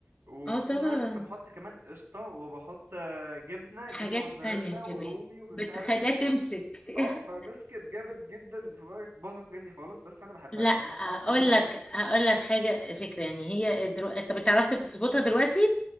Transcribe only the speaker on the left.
اه طبعا
حاجات
تانية
كمان
بتخليها
تمسك <laughs>
لا
اقول
لك
هقول لك حاجه فكره يعني هي درو... انت بتعرف تظبطها دلوقتي